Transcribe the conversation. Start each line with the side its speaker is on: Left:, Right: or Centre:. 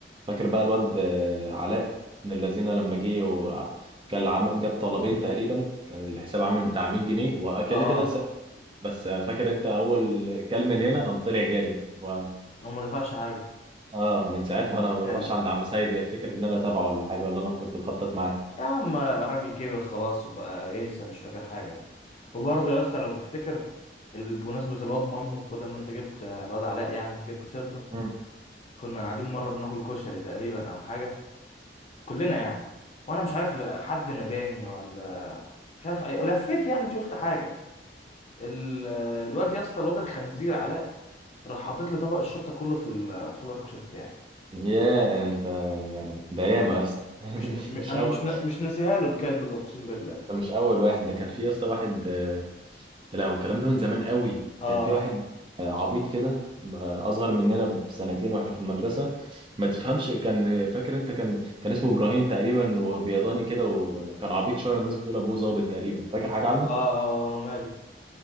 Right: فاكر بقى الواد آه، علاء من الذين لما جه وكان عم... جاب طلبين تقريبا كان الحساب عامل بتاع 100 جنيه وكده
Left: اه
Right: كده لسه بس آه، فاكر انت اول كلمه من هنا قام طلع جري و...
Left: هو ما دفعش حاجة
Right: اه من ساعتها
Left: الكلب
Right: انا ما بروحش عند عم سيد لا يفتكر ان انا تابعه ولا حاجه ولا انا كنت بخطط معاه
Left: يا عم الراجل كبر خلاص وبقى ينسى مش فاكر حاجة وبرضه يا اسطى لو تفتكر ال- بمناسبة الواد منه بدل ما انت جبت آه، الواد علاء يعني جبت سيرته
Right: مم.
Left: كنا قاعدين مرة بناكل كشري تقريبا او حاجة كلنا يعني وانا مش عارف لا- حد ناداني ولا مش عارف أي- لفيت يعني شفت حاجة ال- آه، الواد يا اسطى الواد الخنزير علاء راح حاطط لي طبق الشطة كله في ال- في طبق الكشري بتاعي
Right: يا انت يعني ده ياما يا اسطى <laughs>
Left: مش ن... م-
Right: مش
Left: انا
Right: اول
Left: مش ن... مش ناسيها له الكلب ده اقسم بالله
Right: ده مش اول واحد ده كان في يا اسطى واحد آه، لا هو الكلام ده من زمان قوي
Left: اه
Right: كان في واحد آه، عبيط كده آه، اصغر مننا بسنتين واحنا في المدرسه ما تفهمش كان فاكر انت كان كان اسمه ابراهيم تقريبا وبيضاني كده وكان عبيط شويه والناس بتقول ابوه ظابط تقريبا فاكر حاجه عنه
Left: اه, آه ماله